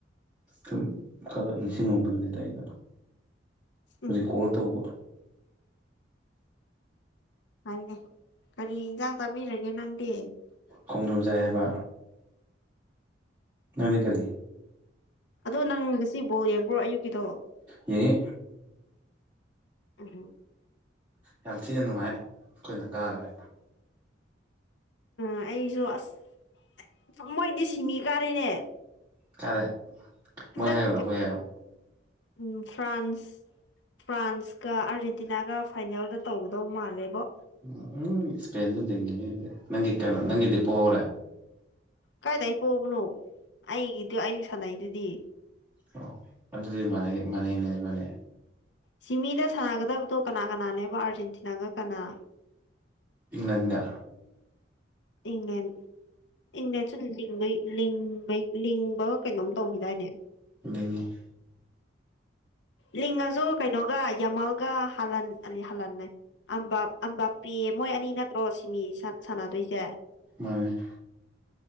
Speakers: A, on the right; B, on the left.
A: ꯁꯨꯝ ꯈꯥꯈꯛ ꯅꯤꯡꯁꯤꯡ ꯉꯨꯕꯗꯨꯅꯤꯗ ꯑꯩꯅ
B: ꯎꯝ
A: ꯔꯤꯀꯣꯜ ꯇꯧꯕ
B: ꯍꯥꯏꯅꯦ ꯀꯔꯤ ꯏꯟꯖꯥꯡ ꯆꯥꯕꯤꯔꯒꯦ ꯅꯪꯗꯤ
A: ꯈꯣꯡꯗ꯭ꯔꯨꯝ ꯆꯥꯏ ꯍꯥꯏꯕ ꯅꯪꯗꯤ ꯀꯔꯤ
B: ꯑꯗꯣ ꯅꯪ ꯉꯁꯤ ꯕꯣꯜ ꯌꯦꯡꯕ꯭ꯔꯣ ꯑꯌꯨꯛꯀꯤꯗꯣ
A: ꯌꯦꯡꯏ
B: ꯑꯝ ꯍꯝ
A: ꯌꯥꯝ ꯊꯤꯅ ꯅꯨꯡꯉꯥꯏ ꯑꯩꯈꯣꯏꯅ ꯀꯥꯈ꯭ꯔꯦ
B: ꯑ ꯑꯩꯁꯨ ꯑꯁ ꯃꯣꯏꯗꯤ ꯁꯤꯃꯤ ꯀꯥꯔꯤꯅꯦ
A: ꯀꯥꯔꯦ ꯃꯣꯏ
B: ꯅꯛ
A: ꯍꯥꯏꯌꯨꯅ ꯑꯩꯈꯣꯏ ꯍꯥꯏꯌꯣ
B: ꯎ ꯐ꯭ꯔꯥꯟꯁ ꯐ꯭ꯔꯥꯟꯁꯀ ꯑꯥꯔꯖꯦꯟꯇꯤꯅꯥꯒ ꯐꯥꯏꯅꯦꯜꯗ ꯇꯧꯒꯗꯧ ꯃꯥꯜꯂꯦꯕꯣ
A: ꯎꯝ ꯎꯝ ꯏꯁꯄꯦꯟꯁꯨ ꯂꯤꯡꯉꯅꯦ ꯑꯗꯤ ꯅꯪꯒꯤ ꯀꯩꯅꯣ ꯅꯪꯒꯤꯗꯤ ꯄꯣꯔꯦ
B: ꯀꯥꯏꯗꯩ ꯄꯣꯕꯅꯣ ꯑꯩꯒꯤꯗꯨ ꯑꯌꯨꯛ ꯁꯥꯟꯅꯩꯗꯨꯗꯤ
A: ꯑꯣ ꯑꯗꯨꯗꯤ ꯃꯥꯟꯅꯩ ꯃꯥꯟꯅꯩꯅꯦ ꯏꯕꯥꯟꯅꯤ
B: ꯁꯤꯃꯤꯗ ꯁꯥꯟꯅꯒꯗꯕꯗꯣ ꯀꯅꯥ ꯀꯅꯥꯅꯦꯕ ꯑꯥꯔꯖꯦꯟꯇꯤꯅꯥꯒ ꯀꯅꯥ <inaudible>
A: ꯏꯪꯂꯦꯟꯗ
B: ꯏꯪꯂꯦꯟ ꯏꯪꯂꯦꯟꯁꯨ ꯂꯤꯡꯕꯩ ꯂꯤꯡ ꯂꯤꯡꯕꯒ ꯀꯩꯅꯣꯝ ꯇꯧꯈꯤꯗꯥꯏꯅꯦ
A: ꯂꯤꯡꯑꯦ
B: ꯂꯤꯡꯉꯁꯨ ꯀꯩꯅꯣꯒ ꯌꯥꯃꯜꯒ ꯍꯜꯂꯟ ꯑꯔꯤ ꯍꯜꯂꯟ ꯍꯥꯏ ꯑꯝꯕꯥꯞ ꯑꯝꯕꯥꯞꯄꯤ ꯃꯣꯏ ꯑꯅꯤ ꯅꯠꯇ꯭ꯔꯣ ꯁꯤꯃꯤ ꯁꯥꯟꯅꯗꯣꯏꯁꯦ
A: ꯃꯥꯅꯦ